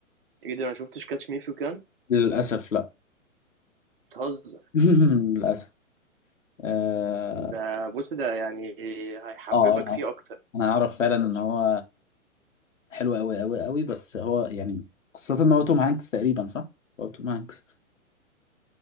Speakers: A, on the right (about 40°); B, on the left (about 65°).
A: إيه ده أنا شفتش كاتش مي فيو كان
B: للاسف لا
A: بتهزر
B: <laughs> للاسف اه
A: ده بص ده يعني هيحببك
B: آه، انا
A: فيه أكتر
B: انا اعرف فعلا ان هو حلو قوي قوي قوي بس هو يعني خاصة ان هو توم هانكس تقريبا صح هو توم هانكس